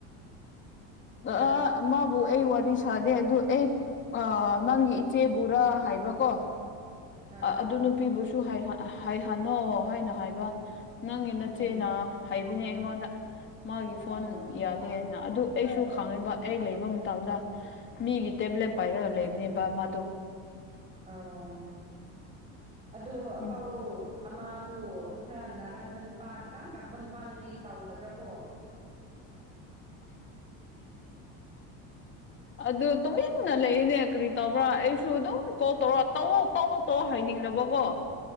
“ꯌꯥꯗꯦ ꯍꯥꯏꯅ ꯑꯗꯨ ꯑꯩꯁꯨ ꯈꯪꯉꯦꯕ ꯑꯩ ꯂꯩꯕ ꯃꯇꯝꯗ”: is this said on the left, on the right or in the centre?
Left